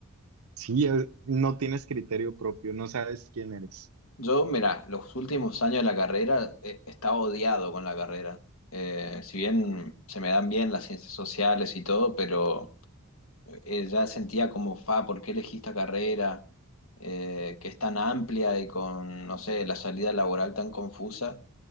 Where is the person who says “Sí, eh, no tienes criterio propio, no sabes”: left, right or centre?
Right